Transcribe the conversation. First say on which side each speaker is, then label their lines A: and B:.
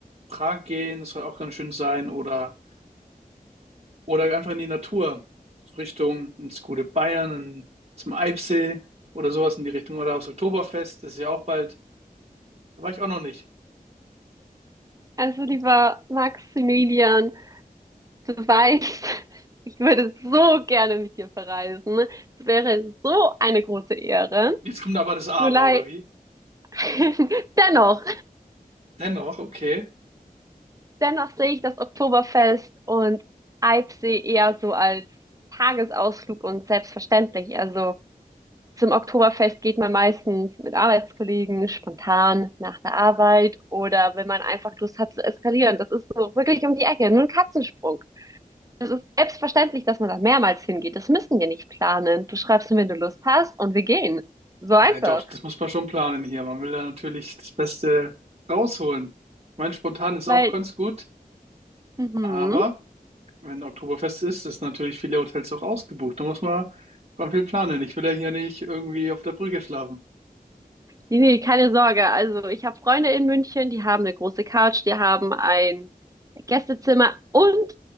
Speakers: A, on the right; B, on the right.
A: Prag gehen? Das soll auch ganz schön sein. Oder, oder einfach in die Natur, so Richtung ins gute Bayern, in, zum Eibsee oder sowas in die Richtung. Oder aufs Oktoberfest, das ist ja auch bald. Da war ich auch noch nicht.
B: Also lieber Maximilian, du weißt, <laughs> ich würde so gerne mit dir verreisen. Es wäre so eine große Ehre.
A: Jetzt kommt aber das Aber,
B: Nur leid,
A: oder wie?
B: <laughs> dennoch,
A: Dennoch, okay.
B: dennoch sehe ich das Oktoberfest und Eibsee eher so als Tagesausflug und selbstverständlich. Also zum Oktoberfest geht man meistens mit Arbeitskollegen spontan nach der Arbeit oder wenn man einfach Lust hat zu eskalieren. Das ist so wirklich um die Ecke, nur ein Katzensprung. Es ist selbstverständlich, dass man da mehrmals hingeht. Das müssen wir nicht planen. Du schreibst mir, wenn du Lust hast, und wir gehen. So einfach.
A: Nein, doch, das muss man schon planen hier. Man will da natürlich das Beste rausholen. Mein Spontan ist
B: Weil,
A: auch ganz gut,
B: mhm.
A: aber wenn Oktoberfest ist, ist natürlich viele Hotels auch ausgebucht. Da muss man schon viel planen. Ich will ja hier nicht irgendwie auf der Brücke schlafen.
B: Nee, nee, keine Sorge. Also, ich habe Freunde in München, die haben eine große Couch, die haben ein Gästezimmer und